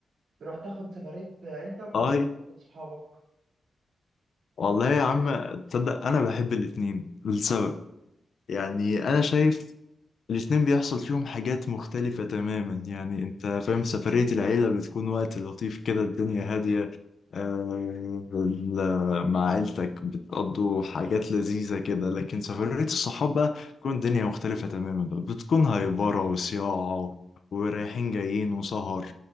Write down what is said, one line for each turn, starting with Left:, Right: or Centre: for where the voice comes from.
Right: تروح تاخد سفريه عيلتك
Left: اه
Right: ولا صحابك
Left: والله يا عم تصدق انا بحب الاتنين لسبب يعني انا شايف الاتنين بيحصل فيهم حاجات مختلفة تماما يعني انت فاهم سفرية العيلة بتكون وقت لطيف كده الدنيا هادية آه، ال- مع عيلتك بتقضوا حاجات لذيذة كده لكن سفرية الصحاب بقى بتكون الدنيا مختلفة تماما بقى بتكون هايبرة وصياعة ورايحين جايين وسهر